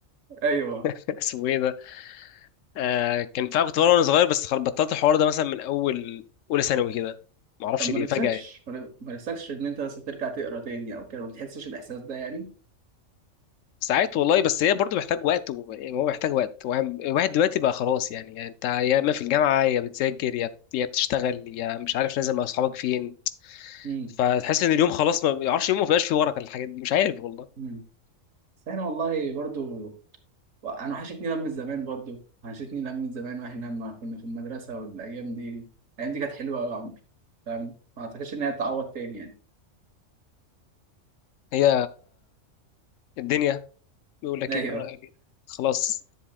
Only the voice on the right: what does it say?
ايوه
طب ما
نفسكش
ما ما نفسكش ان انت بس ترجع تقرا تاني او كده ما بتحسش الاحساس ده يعني
امم
امم بس احنا والله برضو انا وحشتني لم زمان برضو وحشتني لم زمان واحنا لما كنا في المدرسه والايام دي الايام دي كانت حلوه قوي يا عمرو فاهم ما اعتقدش انها تتعوض تاني يعني
ايوه